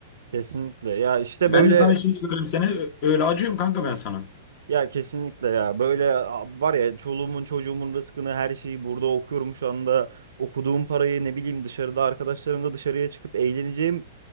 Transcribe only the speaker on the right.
Kesinlikle. Ya işte
böyle
Ya kesinlikle ya. Böyle a- var ya çoluğumun çocuğumun rızkını her şeyi burada okuyorum şu anda. Okuduğum parayı ne bileyim dışarıda arkadaşlarımla dışarıya çıkıp eğleneceğim